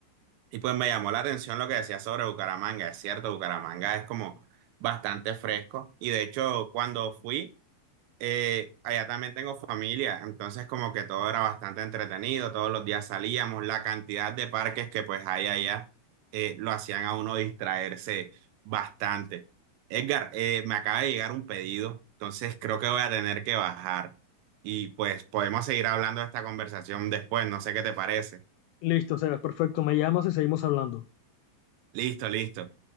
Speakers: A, on the right; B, on the left.
A: y pues me llamó la atención lo que decía sobre Bucaramanga, es cierto, Bucaramanga es como bastante fresco y de hecho cuando fui eh, allá también tengo familia, entonces como que todo era bastante entretenido, todos los días salíamos, la cantidad de parques que pues hay allá eh, lo hacían a uno distraerse bastante. Edgar, eh, me acaba de llegar un pedido, entonces creo que voy a tener que bajar y pues podemos seguir hablando de esta conversación después, no sé qué te parece.
B: Listo, Sebas, perfecto, me llamas y seguimos hablando.
A: Listo, listo.